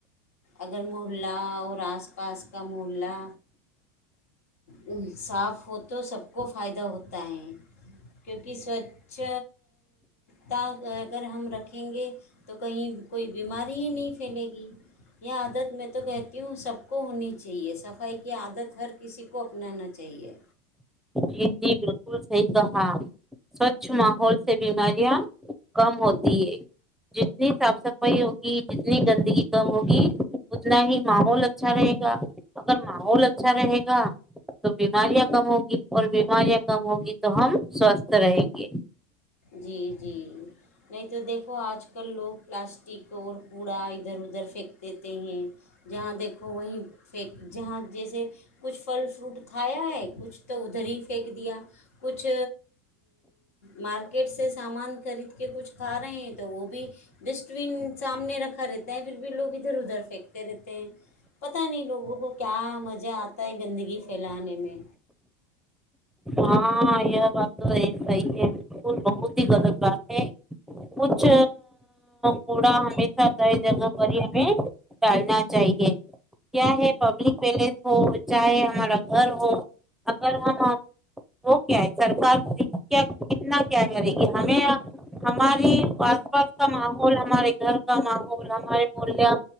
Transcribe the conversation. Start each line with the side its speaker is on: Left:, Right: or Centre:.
Left: اگر محلہ اور آس پاس کا محلہ ا صاف ہو تو سب کو فائدہ ہوتا ہے کیونکہ کہ سوچھ تا اگر ہم رکھیں یں گے تو کہیں کوئی بیماری ہی نہیں پھیلے گی یہ عادت میں تو کہتی ہوں سب کو ہونی چاہیے صفائی کی عادت ہر کسی کو کو اپنانا چاہیے
Centre: جی جی بالکل صحیح کہا سوچھ ماحول سے بیماریاں کم ہوتی ہے جتنی صاف صفائی ہوگی جتنی گندگی کم ہوگی اتنا ہی ماحول اچھا رہے گا اگر ماحول اچھا رہے گا تو بیماریاں کم ہوگی اور بیماریاں کم ہوگی تو ہم سوستھ رہیں گے
Left: جی جی نہیں تو دیکھ تو آج کل لوگ پلاسٹک تو اور کوڑا ادھر ادھر پھینک دیتے ہیں جہاں دیکھو وہیں پیک جہاں جیسے ا کچھ پھل فروٹ کھایا ہے کچھ تو ادھر ہی پھینک دیا کچھ مارک کٹس سامان خرید کے کچھ کھا رہے ہیں تو وہ بھی ڈسٹ بن سامنے رکھا رہتا ہے پھر بھی لوگ ادھر ادھر پھینکتے رہتے ہیں پتہ نہیں لوگوں کو کیا مزہ آتا ہے گندگی پھیلانے میں
Centre: ہاں یہ بات تو صحیح ہے بالکل بہت ہی غلط بات ہے کچھ کوڑا ہمیشہ گئے جگہ پر ہی ہمیں ڈالنا چاہیے کیاے پبلک پیلیس ہو چاہے ہمارا گھر ہو اگر ہم وہ کیا ہے سرکار کیا کتنا کیا کرے گی ہمیں ہماری آس پاس کا ماحول ہمارے گھر کا ماحول ہمارے محیہ